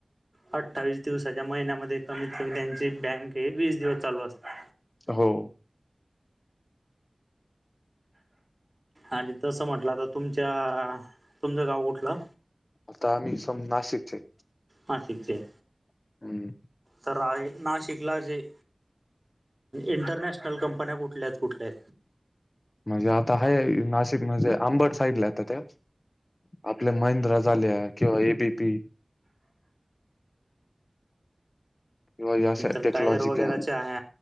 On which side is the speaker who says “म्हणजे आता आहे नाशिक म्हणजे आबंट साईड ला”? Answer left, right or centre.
Left